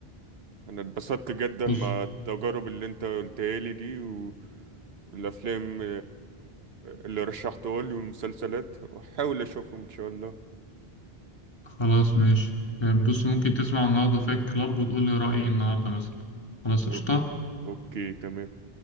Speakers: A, on the right; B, on the left.
A: انا اتبسطت جدا
B: بص
A: مع التجارب اللي انت قلتها لي دي و... والافلام اللي رشحتها لي والمسلسلات واحاول اشوفهم ان شاء الله
B: خلاص ماشي يعني بص ممكن تسمع النهارده فايت كلاب وتقول لي رأيي النهارده مثلا خلاص قشطة
A: أو- اوكي تمام